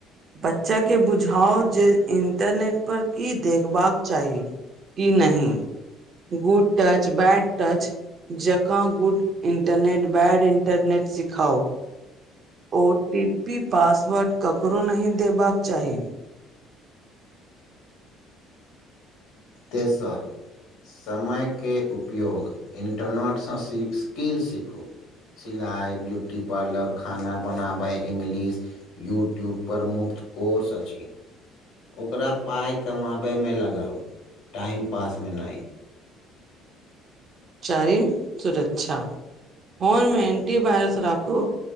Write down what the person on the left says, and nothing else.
तेसर समयके उपयोग इन्टरनेट सँ सी स्किल सीख सिलाई ब्यूटी पार्लर खाना बनाबे इंगलिश यूट्यूब पर मुफ्त कोर्स अछि ओकरा पाई कमाबयमे लगाउ टाइम पासमे नहि